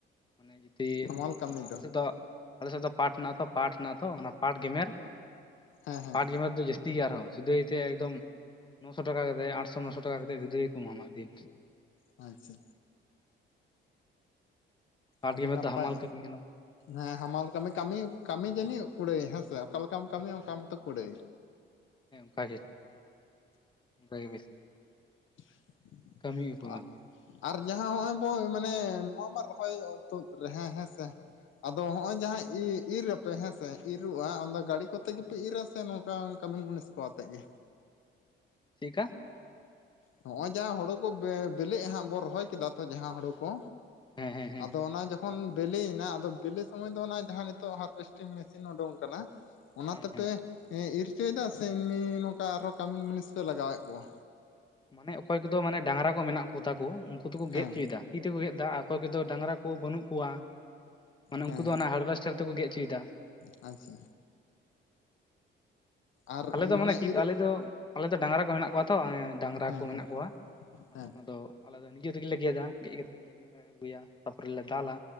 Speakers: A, on the left (about 25°); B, on the left (about 75°).
A: ᱢᱟᱱᱮ ᱡᱩᱫᱤ
B: ᱦᱟᱢᱟᱞ ᱠᱟᱹᱢᱤ
A: ᱚᱱᱟ ᱟᱞᱮ ᱥᱮᱫ ᱫᱚ ᱟᱞᱮ ᱥᱮᱫ ᱫᱚ ᱯᱟᱴ ᱦᱮᱱᱟᱜ ᱟᱛᱚ ᱯᱟᱴ ᱦᱮᱱᱟᱜ ᱟ ᱛᱚ ᱚᱱᱟ ᱯᱟᱴ ᱜᱮᱢᱮᱨ
B: ᱦᱮᱸ ᱦᱮᱸ
A: ᱯᱟᱴ ᱜᱮᱢᱮᱨ ᱫᱚ ᱡᱟᱹᱥᱛᱤ ᱜᱮ ᱟᱨᱦᱚᱸ ᱥᱚᱫᱟᱹᱭ ᱛᱮ ᱮᱠᱫᱚᱢ ᱱᱚᱥᱚ ᱴᱟᱠᱟ ᱠᱟᱛᱮᱫ ᱟᱴᱥᱚ ᱱᱚᱥᱚ ᱴᱟᱠᱟ ᱠᱟᱛᱮᱫ ᱥᱚᱫᱟᱹᱭ ᱠᱚᱢ ᱮᱢᱟᱢᱟ ᱫᱤᱱ᱾
B: ᱟᱪᱪᱷᱟ
A: ᱯᱟᱴ
B: ᱟᱹᱰᱤ
A: ᱜᱮᱢᱮᱨ
B: ᱱᱟᱯᱟᱭ
A: ᱫᱚ ᱦᱟᱢᱟᱞ ᱠᱟᱹᱢᱤ ᱠᱟᱱᱟ
B: ᱦᱮᱸ ᱦᱟᱢᱟᱞ ᱠᱟᱹᱢᱤ ᱠᱟᱹᱢᱤ ᱠᱟᱹᱢᱤ ᱡᱟᱹᱱᱤᱡ ᱠᱩᱲᱟᱹᱭ ᱦᱮᱸᱥᱮ, ᱚᱠᱟ ᱞᱮᱠᱟᱢ ᱠᱟᱹᱢᱤᱭᱟ ᱚᱱᱠᱟ
A: ᱦᱮᱸ
B: ᱢᱚᱛᱚ ᱠᱩᱲᱟᱹᱭ᱾
A: <unintelligible>
B: <unintelligible>
A: ᱠᱟᱹᱢᱤ ᱩᱯᱚᱨ ᱟᱨᱠᱤ
B: ᱟᱨ ᱡᱟᱦᱟᱸ ᱱᱚᱜᱼᱚᱭ ᱵᱚ ᱢᱟᱱᱮ ᱱᱚᱣᱟ ᱢᱟ ᱨᱚᱦᱚᱭ ᱛᱩᱫ ᱨᱮ ᱦᱮᱸ ᱦᱮᱸᱥᱮ᱾ ᱟᱫᱚ ᱦᱚᱸᱜᱼᱚᱭ ᱡᱟᱦᱟᱸ ᱤᱨᱟ ᱯᱮ ᱦᱮᱸ ᱥᱮ ᱤᱨᱻᱚᱜᱼᱟ ᱚᱱᱟᱫᱚ ᱜᱟᱹᱰᱤ ᱠᱚᱛᱮ ᱜᱮᱯᱮ ᱤᱨᱟ ᱥᱮ ᱱᱚᱝ ᱠᱟᱱ ᱠᱟᱢᱤᱱ ᱢᱩᱱᱤᱥ ᱠᱚ ᱟᱛᱮ ᱜᱮ᱾
A: ᱪᱤᱫᱠᱟ?
B: ᱱᱚᱜᱼᱚᱭ ᱡᱟᱦᱟᱸ ᱦᱩᱲᱩ ᱠᱚ ᱵᱤᱞᱤᱜ ᱦᱟᱸᱜ ᱵᱚ ᱨᱚᱦᱚᱭ ᱠᱮᱫᱟ ᱛᱚ ᱡᱟᱦᱟᱸ ᱦᱩᱲᱩ ᱠᱚ,
A: ᱦᱮᱸ ᱦᱮᱸ ᱦᱮᱸ
B: ᱟᱫᱚ ᱚᱱᱟ ᱡᱚᱠ ᱠᱷᱚᱱ ᱵᱤᱞᱤᱭ ᱮᱱᱟ ᱟᱫᱚ ᱵᱤᱞᱤ ᱥᱚᱢᱚᱭ ᱫᱚ ᱚᱱᱟ ᱡᱟᱦᱟᱸ ᱱᱤᱛᱚᱜ ᱦᱟᱨᱵᱷᱮᱥᱴᱤᱝ ᱢᱮᱥᱤᱱ ᱩᱰᱩᱝ ᱟᱠᱟᱱᱟ ᱚᱱᱟ
A: ᱦᱮᱸ
B: ᱛᱮᱯᱮ
A: ᱦᱮᱸ
B: ᱤᱨ ᱪᱚᱭ ᱫᱟ ᱥᱮ ᱮᱢᱱᱤ ᱱᱚᱝᱠᱟ ᱟᱨᱦᱚᱸ ᱠᱟᱢᱤᱱ ᱢᱩᱱᱤᱥ ᱯᱮ ᱞᱟᱜᱟᱣ ᱮᱫ ᱠᱚᱣᱟ?
A: ᱢᱟᱱᱮ ᱚᱠᱚᱭ ᱠᱚᱫᱚ ᱢᱟᱱᱮ ᱰᱟᱝᱨᱟ ᱠᱚ ᱢᱮᱱᱟᱜ ᱠᱚᱛᱟ ᱠᱚ ᱠᱩ ᱫᱚᱠᱚ
B: ᱦᱮᱸ
A: ᱜᱮᱫ ᱪᱚᱭ ᱫᱟ ᱛᱤ ᱛᱮᱠᱚ ᱜᱮᱫ ᱫᱟ ᱟ ᱚᱠᱚᱭ ᱠᱚᱫᱚ ᱰᱟᱝᱨᱟ ᱠᱚ ᱵᱟᱹᱱᱩᱜ ᱠᱚᱣᱟ ᱢᱟᱱᱮ ᱩᱱᱠᱩ
B: ᱦᱮᱸ
A: ᱫᱚ ᱚᱱᱟ ᱦᱟᱨᱵᱷᱮᱥᱴᱤᱝ ᱛᱮᱠᱚ ᱜᱮᱫ ᱪᱚᱭ ᱫᱟ
B: ᱟᱪᱪᱷᱟ ᱟᱨ
A: ᱟᱞᱮ ᱫᱚ ᱢᱟᱱᱮ
B: ᱚᱱᱟ
A: ᱠᱤᱛ
B: ᱤᱨ
A: ᱟᱞᱮ ᱫᱚ ᱟᱞᱮᱫᱚ ᱰᱟᱝᱨᱟ ᱠᱚ ᱢᱮᱱᱟᱜ ᱠᱚᱣᱟ ᱛᱚ ᱰᱟᱝᱨᱟ
B: ᱦᱮᱸ
A: ᱠᱚ
B: ᱦᱮᱸ
A: ᱢᱮᱱᱟᱜ ᱠᱚᱣᱟ
B: ᱦᱮᱸ
A: ᱟᱫᱚ ᱟᱞᱮ ᱫᱚ ᱱᱤᱡᱮ ᱛᱮᱜᱮ ᱜᱮᱫᱟ ᱜᱮᱫ ᱠᱟᱛᱮ ᱞᱮ ᱟᱹᱜᱩᱭᱟ ᱛᱟᱯᱚᱨᱮᱞᱮ ᱫᱟᱞᱟ᱾